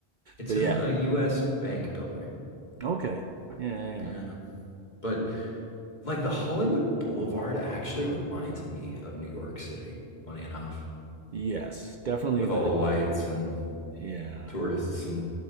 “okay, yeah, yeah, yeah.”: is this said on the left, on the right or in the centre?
Right